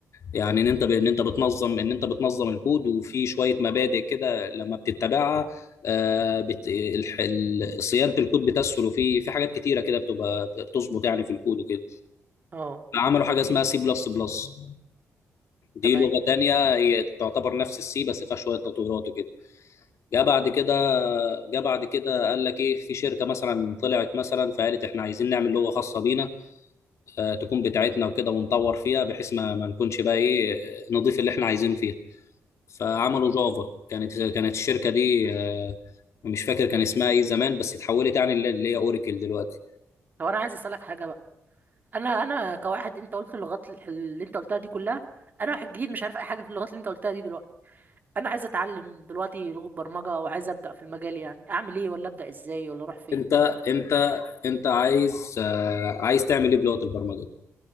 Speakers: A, on the left (about 65°); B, on the right (about 35°).
A: يعني ان انت ب... ان انت بتنظم ان انت بتنظم الكود وفي شويه مبادئ كده لما بتتبعها آه بت... الح... ال- صيانه الكود بتسهل وفي في حاجات كتيره كده بتبقى بتظبط يعني في الكود وكده
B: اه
A: عملوا حاجه اسمها سي بلس بلس دي
B: تمام
A: لغه تانية هي تعتبر نفس السي بس فيها شويه تطويرات وكده جه بعد كده جه بعد كده قال لك ايه في شركه مثلا طلعت مثلا فقالت احنا عايزين نعمل لغه خاصه بينا آه تكون بتاعتنا وكده ونطور فيها بحيث ما, ما نكونش بقى ايه نضيف اللي احنا عايزينه فيها فعملوا
B: مم.
A: جافا كانت كانت الشركه دي آه، مش فاكر كان اسمها ايه زمان بس اتحولت يعني اللي اللي هي اوراكل دلوقتي
B: طب انا عايز اسالك حاجة بقى انا انا كواحد انت قلت اللغات الح- اللي انت قلتها دي كلها انا واحد جديد مش عارف اي حاجة في اللغات اللي انت قلتها دي دلوقتي انا عايز اتعلم دلوقتي لغة برمجة وعايز ابدا في المجال يعني اعمل ايه ولا ابدا ازاي ولا اروح فين
A: انت انت انت عايز آه، عايز تعمل ايه بلغه البرمجه دي؟